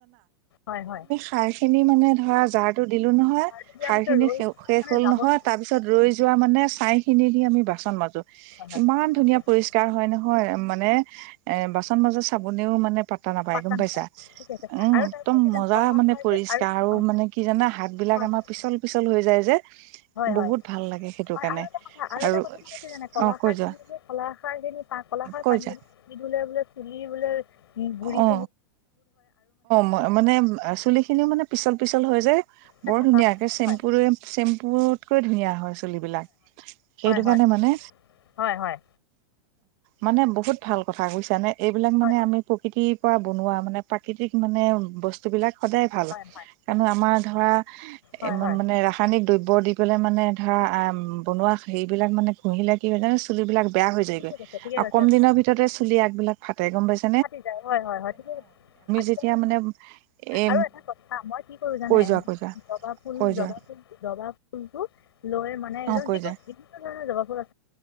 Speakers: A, on the left; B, on the right.
A: হয় হয়
B: ষাৰ খিনি মানে ধৰা জাৰ টো দিলো নহয়
A: আৰু ইয়াৰ
B: সাৰ
A: পিছত
B: খিনি
A: ৰৈ
B: শেষ
A: মানে
B: হ'ল
A: জাবৰ
B: নহয় তাৰ পিছত ৰৈ যোৱা মানে ছাই খিনি দি আমি বাচ মাজো
A: হয় হয়
B: ইমান ধুনীয়া
A: ঠিক আছে
B: পৰিষ্কাৰ হয় নহয় মানে এ বাচন মাজা চাবোনেও মানে প তা নাপায়
A: পাত্তা
B: গম পাইছা
A: ঠিক আছে
B: উম
A: আৰু তাৰপিছত
B: একদম
A: কি জানে
B: মজা
A: কলাখাৰ
B: মানে পৰিষ্কাৰ
A: যে
B: আৰু
A: অঁ
B: মানে কি জানা হাত বিলাক
A: হয়
B: আমাৰ
A: হয়
B: পিচল পিছল হৈ যায় যে
A: হয় হয়
B: বহুত ভাল লাগে সেইটো
A: হয়
B: কাৰণে
A: আৰু এটা কথা
B: আৰু
A: এটা কথা মানে কি জানে কলাখাৰ
B: অ কৈ
A: কি
B: যোৱা
A: কলাখাৰ কলাখাৰ
B: কৈ
A: পানী
B: যোৱা
A: ধুলে বোলে চুলি ধুলে বোলে গুৰিত
B: অ ম মানে চুলি খিনিও মানে পিচল পিচল হৈ যায়
A: মানে
B: বৰ
A: চাফা
B: ধুনীয়াকে চেম্পুৰে
A: হয়
B: চেম্পুত তকৈ ধুনীয়া হয় চুলিবিলাক সেইটো
A: হয় হয়
B: কাৰণে মানে
A: হয়
B: মানে বহুত ভাল কথা কৈছা নে এইবিলাক
A: হয়
B: মানে আমি প্ৰকৃতিৰ পৰা বনোৱা মানে প্ৰাকৃতিক মানে বস্তুবিলাক সদায় ভাল
A: হয়
B: কাৰনে আমাৰ ধৰা
A: হয় হয় হয় হয়
B: মানে ৰাসায়নিক দ্ৰব্য বৰ দি পেলাই মানে পিঠা বনোৱা সেই বিলাক মানে কুহিলে কি হয় জানো চুলিবলাক বেয়া হৈ যায়গৈ
A: ঠিকে কৈছে ঠিকে
B: আৰু
A: কৈছে
B: কম দিনৰ ভিতৰতে চুলি আগবিলাক ফাতে গম পাইছে
A: ফি যায় হয় হয় হয় কি আজিকালি
B: যেতিয়া মানে এ
A: আৰু এটা কথা মই কি কৰো জানে
B: কৈ যোৱা কৈ যোৱা
A: জবা ফুল
B: কৈ
A: জবা
B: যোৱা।
A: ফুল জবা ফুলটো লৈ মানে এই
B: অ কৈ
A: যি
B: যোৱা
A: কোনো যাবুৰা